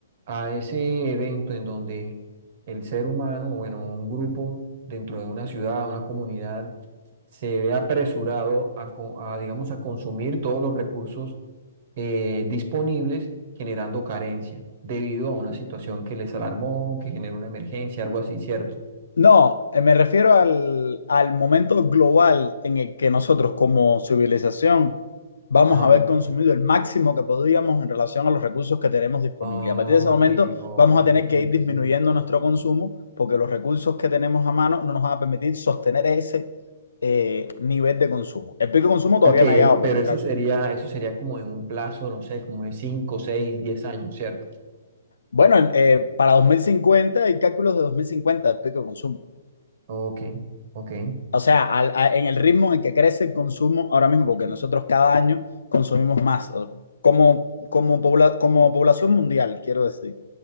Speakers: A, on the right; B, on the left.
A: a ese evento en donde el ser humano, bueno, un grupo dentro de una ciudad, una comunidad, se ve apresurado a, co- a, digamos, a consumir todos los recursos eh, disponibles, generando carencia debido a una situación que les alarmó, que generó una emergencia, algo así, ¿cierto?
B: no, eh, me refiero al, al momento global en el que nosotros como civilización vamos
A: Ajá.
B: a haber consumido el máximo que podíamos en relación a los recursos que tenemos disponibles.
A: Ok,
B: A partir de ese momento
A: ok,
B: vamos a tener
A: ok,
B: que ir
A: ok,
B: disminuyendo
A: ok.
B: nuestro consumo porque los recursos que tenemos a mano no nos van a permitir sostener ese eh, nivel de consumo. El pico de consumo todavía
A: Ok, es-
B: no ha llegado, pero
A: pero
B: los
A: eso
B: cal-
A: sería, eso sería como en un plazo, no sé, como de cinco, seis, diez años, ¿cierto?
B: bueno, el- eh, para 2050 hay cálculos de 2050 del pico de consumo.
A: Ok, ok, de
B: o sea, al- a- en el ritmo en el que crece el consumo ahora mismo, porque nosotros cada año consumimos más, o- como, como, pobla- como población mundial, quiero decir.